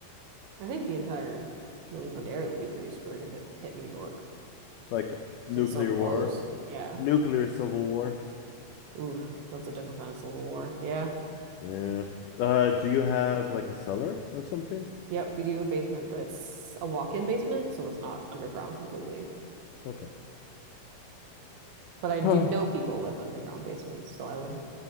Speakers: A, on the right; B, on the left.
A: I think the entire New England area would be pretty screwed if it hit New York.
B: Like nuclear
A: 'Cause it's so close.
B: war,
A: Yeah.
B: nuclear civil war.
A: Oof, that's a different kind of Civil War. Yeah.
B: Yeah. Uh, do you have like a cellar or something?
A: Yep, we do a basement, but it's a walk-in basement, so it's not underground completely.
B: Okay.
A: But I do
B: <sighs>
A: know people with underground basements, so I would